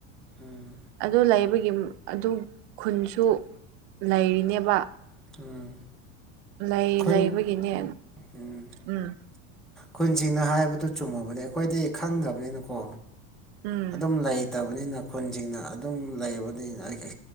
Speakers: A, in the centre; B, on the right (about 60°).
A: ꯎꯝ
B: ꯑꯗꯨ ꯂꯩꯕꯒꯤ ꯑꯗꯨ ꯈꯨꯟꯁꯨ ꯂꯩꯔꯤꯅꯦꯕ꯫
A: ꯎꯝ
B: ꯂꯩ
A: ꯈꯨꯟ
B: ꯂꯩꯕꯒꯤꯅꯦ
A: ꯎꯝ
B: ꯎꯝ
A: ꯈꯨꯟꯁꯤꯡꯅ ꯍꯥꯏꯕꯗꯨ ꯆꯨꯝꯃꯕꯅꯤ ꯑꯩꯈꯣꯏꯗꯤ ꯈꯪꯗꯕꯅꯤꯅꯀꯣ
B: ꯎꯝ
A: ꯑꯗꯨꯝ ꯂꯩꯇꯕꯅꯤꯅ ꯈꯨꯟꯁꯤꯡꯅ ꯑꯗꯨꯝ ꯂꯩꯕꯅꯤꯅ ꯑꯩ